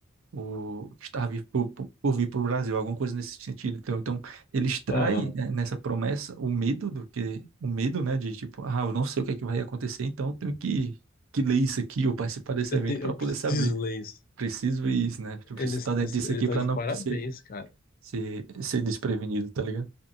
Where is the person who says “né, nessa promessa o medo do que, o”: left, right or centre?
Right